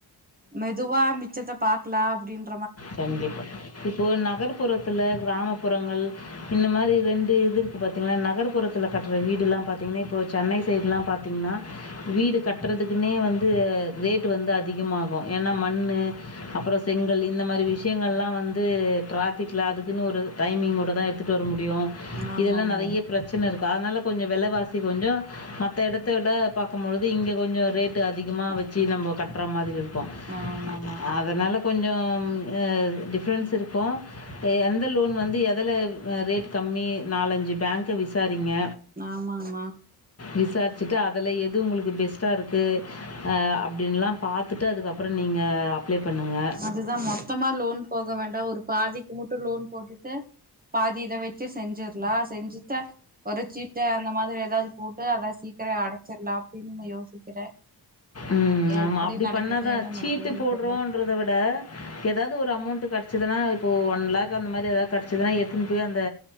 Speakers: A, on the right; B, on the left.
A: மெதுவா மிச்சத்த பாக் ள அப்டின்
B: கண்டிப்பா இப்போ நகர்ப்புறத்துல கிராமப்புறங்கள் இந்த மாரி ரெண்டு இதுக்கு பாத்தீங்னா நகர்புறத்துல கட்ற வீடுலா பாத்தீங்னா இப்போ சென்னை சைடுலா பாத்தீங்னா வீடு கட்டறதுக்குன்னே வந்து ரேட் வந்து அதிகமாகு ஏனா மண்ணு அப்பரோ செங்கல் இந்த மாரி விஷயங்கள்லாம் வந்து ட்ராஃபிக்கில அதுக்குன்னு ஒரு டைமிங்கோடு தான் எடுத்துகிட்டு வர முடியும் <unintelligible>
A: ஆமாங்க
B: இதெல்லா நறைய பிரச்சனருக் அதனால கொஞ்சம் வெலவாசி கொஞ்ச மத்த எடத்த விட பாக்கும்பொழுது இங்க கொஞ்ச ரேட் அதிகமா
A: அதுதா
B: வச்சு நம்ம கட்டுற மாதிரி இருக்கும்
A: ஆமாமா
B: அதனால கொஞ்சோ ஆ டிஃபரன்ஸ்ருக்கு எந்த லோன் வந்து எதுல ஆ ரேட் கம்மி நாலஞ்சு பேங்க் விசா சரிங்க
A: ஆமாமா
B: விசாரிச்சுட்டு அ அதுல எது உங்குளுக்கு பெஸ்ட்டா இருக்கு ஆ அப்டின்லா பாத்துட்டு அதுக்கப்பற நீங்க அப்லே பண்ணுங்க
A: அதுதா மொத்தமா லோன் போக வேண்டா ஒரு பாதிக்கு மட்டு லோன் போட்டுட்டு பாதி இத வச்சு செஞ்சிரலா செஞ்சுட்டா ஒரு சீட்ட அந்த மாதிரி எதாது போட்டு அத சீக்கிரொ அடைச்சிடலா அப்டின்னு நா யோசிக்கிறே
B: ம்
A: எப்படி
B: ஆமா அப்டி
A: நடக்குது
B: பண்ணாதா
A: என்ன
B: சீட்டு
A: நடக்குதுன்னு
B: போட்றோன்றத
A: தெரியு
B: விட எதாது ஒரு அமௌன்ட் கெடச்சுதுனா இப்போ ஒன் லக் அந்த மாரி எதாது கெடச்சுதுனா எடுத்துன்போய் அந்த